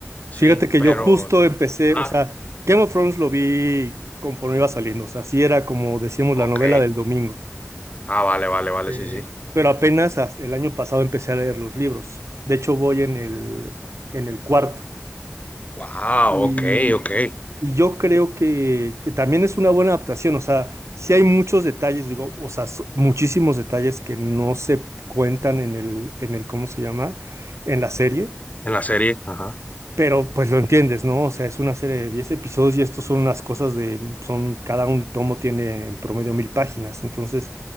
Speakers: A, on the left; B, on the right.
A: Sí,
B: Fíjate que
A: pero.
B: yo justo empecé,
A: Ah,
B: o sea, Game of Thrones lo vi conforme iba saliendo, o sea, sí era como decíamos
A: ok.
B: la novela del domingo.
A: Ah, vale, vale, vale,
B: Eh,
A: sí, sí.
B: pero apenas as- el año pasado empecé a leer los libros. De hecho, voy en el, en el cuarto.
A: Wow,
B: Y,
A: ok, ok. En
B: y yo creo que, que también es una buena adaptación, o sea, sí hay muchos detalles, digo, o sea, so- muchísimos detalles que no se cuentan en el, en el, ¿cómo se llama? En la serie.
A: la serie, ajá.
B: Pero pues lo entiendes, ¿no? O sea, es una serie de 10 episodios y estos son unas cosas de, mm, son, cada un tomo tiene en promedio mil páginas. Entonces,